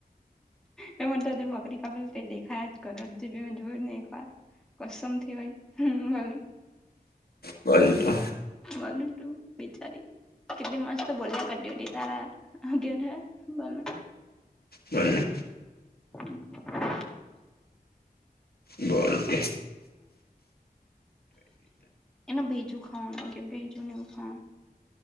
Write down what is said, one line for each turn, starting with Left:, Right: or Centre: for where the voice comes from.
Centre: ને મને તો જે બકરી કાપલુ તે દેખાયજ કરે હજુ ભી મેં જોયું જ ની એક વાર કસમથી હોય ભલ
Left: બોલ તો
Centre: બલ તું વિચારી કટલી મસ્ત બોલ્યા કરતી ઉટી તારા આગે બોલ
Left: બોલને
Centre: હમ
Left: બળપ
Centre: એનું બેજું ખાવાનું કે ભેજું નને એ ખાવાનુ